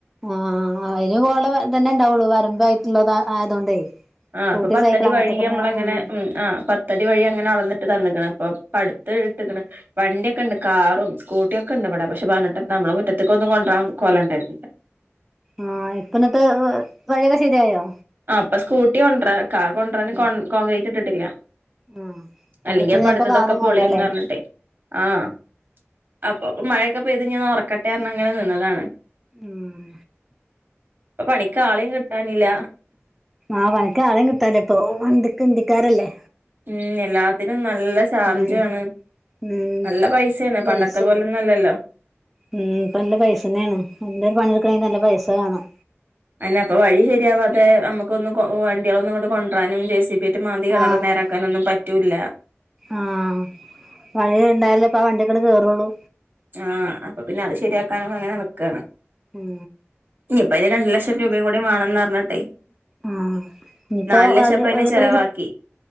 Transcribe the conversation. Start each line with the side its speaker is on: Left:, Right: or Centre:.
Centre: ആഹ് അതിന് പോലെ തന്നെ ഇണ്ടാവുള്ളു വരമ്പ് ആയിട്ടുള്ളത ആയതോണ്ടേ
Right: ആഹ്
Centre: സ്കൂട്ടി
Right: ഇപ്പൊ പത്തടി
Centre: സൈക്കിൾ അങ്ങനത്തൊക്കെന്നെ
Right: വഴി നമ്മളങ്ങെ
Centre: ആഹ്
Right: ഉ ആ പത്തടി വഴി അങ്ങനെ അളന്നിട്ട് തന്നക്ക് ണ് ഇപ്പ പടുത്ത് ഇട്ട്ക്ക്ണ് വണ്ടിയൊക്കെ ഉണ്ട് കാറും സ്കൂട്ടിയൊക്കെ കണ്ട്വടെ പക്ഷെ പറഞ്ഞിട്ട് എത്താ നമ്മള് മുറ്റത്തേക്ക് ഒന്നും കൊണ്ടരാൻ കൊലണ്ടായിരുന്നില്ല
Centre: ആഹ് ഇപ്പന്നിട്ട് വഴൊക്കെ ശരിയയോ
Right: ആ അപ്പൊ സ്കൂട്ടി കൊണ്ടര കാർ കൊണ്ടരാന്
Centre: ആഹ്
Right: കോൺക്രീറ്റ് ഇട്ടിട്ടില്ല
Centre: ആഹ്
Right: അല്ലെങ്കിൽ പടുത്തതൊക്കെ
Centre: ഇപ്പൊ കാറും
Right: പോളിന്ന്
Centre: കൊണ്ടല്ലേ
Right: പറഞ്ഞിട്ടെ ആഹ് അപ്പൊ മഴയൊക്കെ പെയ്തി ഉറക്കട്ടെ റഞ്ഞ് അങ്ങനെ നിന്നതാണ്
Centre: ആഹ്
Right: പണിക്ക് ആളെയും കിട്ടാനില്ല
Centre: ആ പണിക്ക് ആളും കിട്ടാനില്ല ഇപ്പോ വണ്ടിക്കെ നന്തിക്കാരല്ലേ
Right: ഉം എല്ലാത്തിനും നല്ല ചാർജാണ്
Centre: ഉം ഉം
Right: നല്ല പൈസയാണ്
Centre: പൈസേണ്
Right: പണ്ടത്തെ പോലല്ലല്ലോ
Centre: ഉം ഇപ്പൊ നല്ല പൈസ തന്നെയാണ് എന്തെ ഒരു പണി എടുക്കണെങ്കിൽ നല്ല പൈസ വാണാം
Right: അതന്നെ അപ്പൊ വഴി ശരിയാവാതെ നമുക്കൊന്ന് വണ്ടികളൊന്നും ഇങ്ങട്ട് കൊണ്ടുവരാനും ജെ സി ബി മറ്റ് മാന്തി കെണർ
Centre: ആഹ്
Right: നേരാക്കാനൊന്നും പറ്റൂില്ല
Centre: ആഹ് വഴി ഉണ്ടായാലല്ലേ ഇപ്പ ആ വണ്ടിയൊക്കട് കേയറുള്ളൂ
Right: ആഹ് അപ്പൊ പിന്നെ അത് ശരിയാക്കാനോ അങ്ങനെ നിക്കയാണ്
Centre: ആഹ്
Right: ഇനിയിപ്പ അയ്ന് രണ്ടു ലക്ഷം രൂപയും കൂടി വേണംന്ന് പറഞ്ഞിട്ടെ
Centre: ആഹ് ഇനിയിപ്പോ
Right: നാല് ലക്ഷം
Centre: അഴക്ക
Right: ഇപ്പ അതിന് ചെലവാക്കി